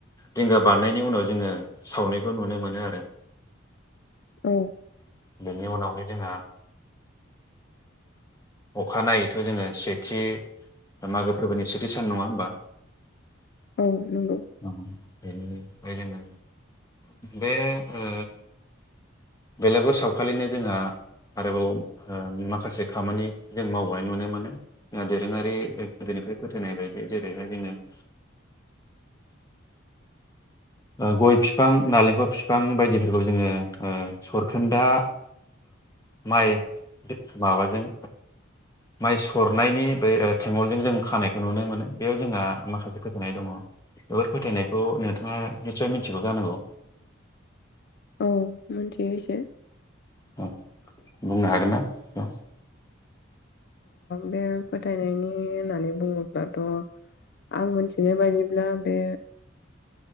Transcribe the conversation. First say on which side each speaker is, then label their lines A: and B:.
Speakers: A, on the left; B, on the left.
A: रिंगा बारनायनि उनाव जोङो सावनायखौ नुनो मोनो आरो।
B: औ।
A: बेनि उनावहाय जोंहा अखानायैथ' जोङो सेथि मागो फोरबोनि सेथि सान नङा होमबा?
B: औ नंगौ।
A: ओं बेनो बेबादिनो बे ओ बेलेगर सावखालिनो जोंहा आरोबाव माखासे खामानि जों मावबावनाय नुनो मोनो। दोरोङारि गोदोफ्राय फोथायनाय बायदि जेरैहाय जोङो <inaudible> गय फिफां नालेंखर फिफां बायदिफोरखौ जोङो सरखोन्दा माइ माबाजों माइ सरनायनि बे थेंगलजों जों खानायखौ नुनो मोनो। बेयाव जोंहा माखासे फोथायनाय दङ। बेफोर फोथायनायखौ नोंथाङा निस्सय मिथिगौ जानांगौ।
B: औ मोनथियो एसे।
A: अह। बुंनो हागोन ना? औ
B: बे फोथायनायनि होननानै बुङोब्लाथ' आं मोनथिनाय बायदिब्ला बे